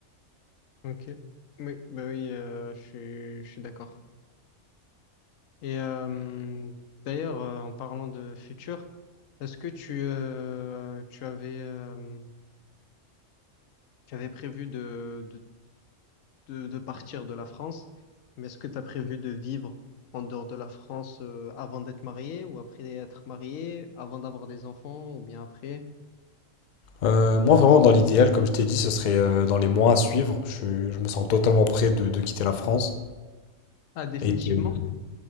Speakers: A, on the left (about 80°); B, on the left (about 65°).
A: Ok. Oui, bah oui, euh, je suis, je suis d'accord. Et euh, d'ailleurs, euh, en parlant de futur, est-ce que tu, euh, tu avais, euh, tu avais prévu de, de de, de partir de la France, mais est-ce que tu as prévu de vivre en dehors de la France euh, avant d'être marié ou après être marié, avant d'avoir des enfants ou bien après?
B: Euh, moi, vraiment, dans l'idéal, comme je t'ai dit, ce serait euh, dans les mois à suivre. Je, je me sens totalement prêt de, de quitter la France.
A: Ah, définitivement,
B: Et de...